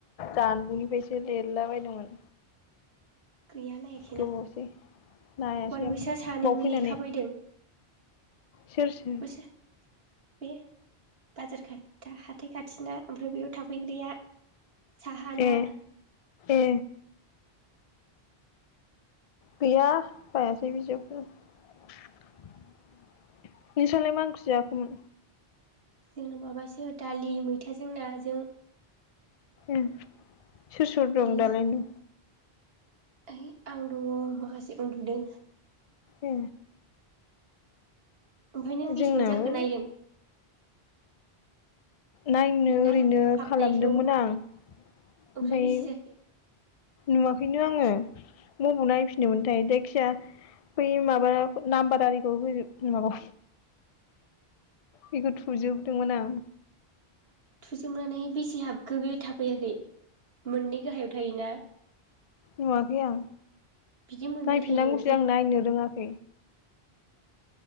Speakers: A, on the left; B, on the right.
A: जानबुंनिफ्रायसो लिरलाबायदोंमोन।
B: गैया नायाखैनो
A: गोबावसै
B: आं।
A: नायासै
B: मालाय
A: ओमफ्राय
B: बैसा सानैबो
A: बाव फैनानै
B: लेखा बायदों।
A: सोर सोर?
B: बैसा बे बाजार खाथ हाथाय खाथिना ओमफ्राय बैयाव थाफैग्राया। साहाना
A: ए ए गैया बायासै बिजाबखै बिसोरलाय मानख्रि जायाखैमोन
B: जोंनाव माबासो दालि मैथाजों नाजों।
A: उम सोर सोर दं
B: गैला
A: दालायनो
B: ओइ आं दङ माखासे उन्दुदों।
A: ए
B: ओमफ्राय नों बेसेबां
A: जोंनाबो
B: जाखो नायदों?
A: नायनो
B: नोंना
A: ओरैनो
B: हाबनायखौ
A: खालामदोंमोन आं ओमफाय
B: ओमफ्राय बेसे जाखो
A: नुवाखैनो आङो बबाव नायफिनदोंमोनथाय जायखिया बै माबा नाम्बार आरिखौ होजोब माबा बेखौ थुजोबदोंमोन आं।
B: थुजोबनानै बेसे हाबखो बे थाफैयाखै? मोननै गाहायाव थायोना
A: नवाखै आं
B: बिदि मोननै
A: नायफिननांगौसो
B: थायो ओमफ्राय
A: आं नायनो रोङा <unintelligible>